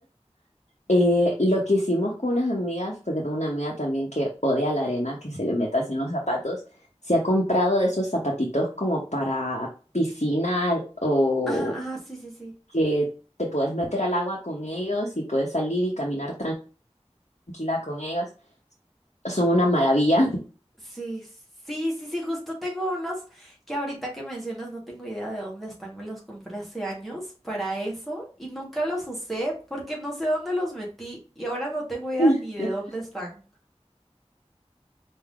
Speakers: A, on the left; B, in the centre.
A: eh, lo que hicimos con unas amigas, porque tengo una amiga también que odia la arena, que se le meta así en los zapatos, se ha comprado de esos zapatitos como para piscina o
B: Ajá, ajá, sí, sí, sí.
A: que te puedes meter al agua con ellos y puedes salir y caminar tranquila con ellos. Son una maravilla.
B: Sí, sí, sí, sí, justo tengo unos que ahorita que mencionas no tengo idea de dónde están, me los compré hace años para eso y nunca los usé porque no sé dónde los metí y ahora no tengo idea
A: <laughs>
B: ni de dónde están.